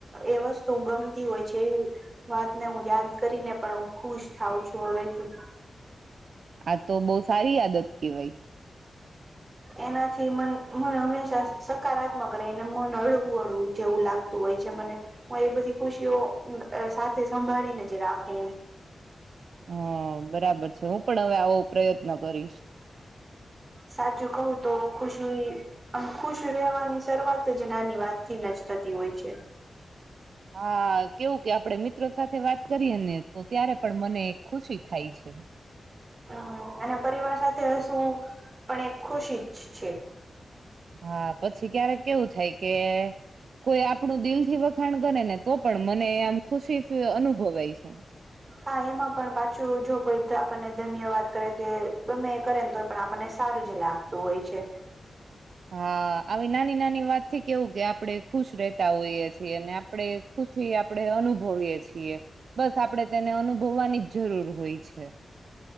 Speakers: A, on the right; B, on the right.
A: એ વસ્તુ ગમતી હોય છે, એ વાતને હું યાદ કરીને પણ હું ખુશ થાઊં છું હવેથી
B: આ તો બો સારી આદત કેવાય.
A: એનાથી મન મન હંમેશા સકારાત્મક રહીને મન હળવું હળવું જેવું લાગતું હોય છે, મને હું એ બધી ખુશીઓ સાથે સંભાળીને જ રાખું
B: હ બરાબર છે, હું પણ હવે આવો પ્રયત્ન કરીશ.
A: સાચું કઉ તો ખુશી આમ ખુશ રહેવાની શરૂઆત જ નાની વાત થીન જ થતી હોય છે.
B: હા કેવું કે આપડે મિત્રો સાથે વાત કરીએ ને તો ત્યારે પણ મને ખુશી થાય છે.
A: હ અને પરિવાર સાથે હસવું પણ એક ખુશી જ છે.
B: હા પછી ક્યારેક કેવુ થાય કે કોઈ આપણું દિલથી વખાણ કરે ને તો પણ મને આમ ખુશી અનુભવાય છે.
A: હા એમાં પણ પાછું જો કોઈ આપણને ધન્યવાદ કરે કે ગમે કરેને તો પણ આપણને સારું જ લાગતું હોય છે.
B: હા આવી નાની નાની વાતથી કેવું કે આપડે ખુશ રતા હોઈએ છીએ ને આપડે ખુશી આપડે અનુભવીએ છીએ બસ આપડે તેને અનુભવવાની જ જરૂર હોય છે.